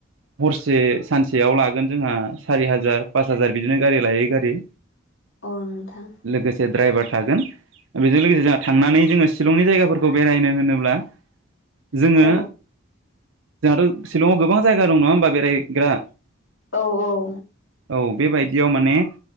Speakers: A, on the right; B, on the left.
A: हरसे सानसेयाव लागोन जोंहा सारि हाजार पास हाजार बिदिनो गारि लायै गारि
B: अ नोंथां
A: लोगोसे द्राइभार थागोन। बेजों लोगोसे जोंहा थांनानै जोङो शिलंनि जायगाफोरखौ बेरायनो होनोब्ला जोङो
B: औ
A: जाङाथ' सिलंआव गोबां जायगा दं नङा होमबा बेरायहैग्रा
B: औ औ
A: औ बेबायदियाव माने